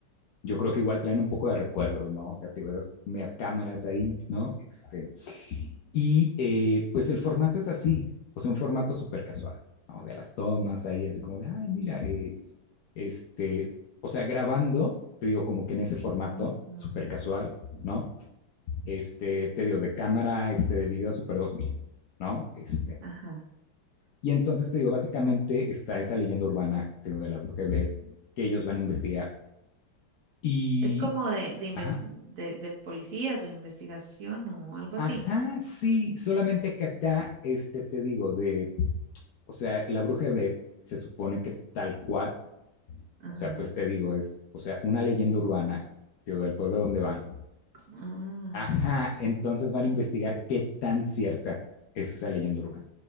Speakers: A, on the left; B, on the right.
A: Yo creo que igual traen un poco de recuerdos, ¿no? O sea, te digo esas mega cámaras ahí, ¿no? Este, y eh, pues el formato es así, o sea, un formato súper casual, ¿no? De las tomas ahí, así como de, ay, mira, eh, este, o sea, grabando, te digo, como que en ese formato
B: ujú,
A: súper casual, ¿no? este, te digo, de cámara, este, de video Super 2000, ¿no? Este,
B: Ajá.
A: y entonces, te digo, básicamente está esa leyenda urbana, te digo, de la bruja de Blair, que ellos van a investigar. Y,
B: Es como de, de, inves-
A: ajá,
B: de, de policías o investigación o algo
A: ajá,
B: así.
A: sí, solamente que acá, este, te digo, de, o sea, la bruja de Blair se supone que tal cual,
B: Ajá.
A: o sea, pues te digo, es, o sea, una leyenda urbana, te digo, del pueblo donde van.
B: Ah,
A: Ajá, entonces van a investigar qué tan cierta es esa leyenda urbana.